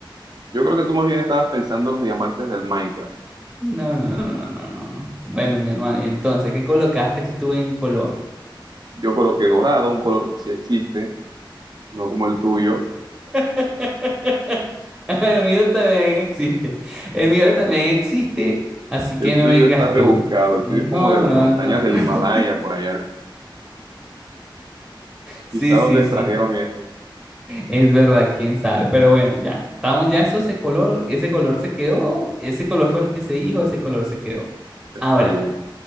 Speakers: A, on the right; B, in the centre.
A: Yo creo que tú más bien estabas pensando en los diamantes del Minecraft.
B: No, no, no, no, no, no. Bueno, mi hermano, y entonces, ¿qué colocaste tú en color?
A: Yo coloqué dorado, un color que sí existe, no como el tuyo.
B: <laughs> <laughs> El mío también existe. El mío también existe, así
A: El
B: que no
A: tuyo
B: vengas
A: está rebuscado,
B: tú. No,
A: el tuyo es como de
B: no,
A: las montañas
B: no.
A: del
B: no. <laughs>
A: Himalaya por allá.
B: Sí,
A: Quizá
B: sí,
A: donde extrajeron
B: sí.
A: eso.
B: Es verdad, quién sabe. Pero bueno, ya estamos, ya eso se color, ese color se quedó, ese color fue el que se dijo, ese color se quedó.
A: Está
B: Ahora,
A: bien.